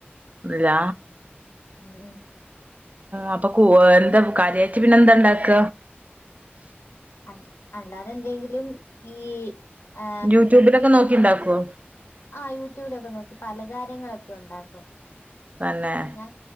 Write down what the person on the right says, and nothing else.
ഇല്ല
അപ്പ കു എന്താ കാര്യായിട്ട് പിന്നെ എന്താ ഇണ്ടാക്ക
യൂട്യൂബിലൊക്കെ നോക്കി ഇണ്ടാക്കൊ
തന്നെ